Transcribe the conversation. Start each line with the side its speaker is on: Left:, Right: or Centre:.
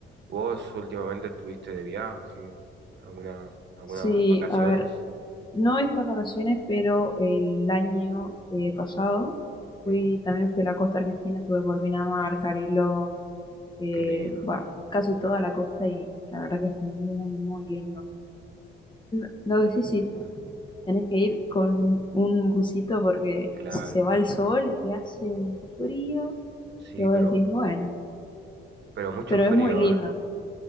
Right: ¿Vos últimamente estuviste de viaje? ¿Alguna, algunas
Left: Sí,
Right: vacaciones?
Left: a ver, no estas vacaciones, pero el año eh, pasado fui,
Right: ¿Sí?
Left: también fui a la costa argentina, estuve por Pinamar, Cariló, eh,
Right: Qué lindo,
Left: bueno, casi toda la costa y la verdad que es muy, muy lindo. Lo lo que sí, sí, Tenés que ir con un busito porque
Right: claro.
Left: se va el sol y hace un frío
Right: Sí,
Left: que vos
Right: pero,
Left: decís, bueno,
Right: pero mucho
Left: pero
Right: frío,
Left: es muy lindo.
Right: ¿eh?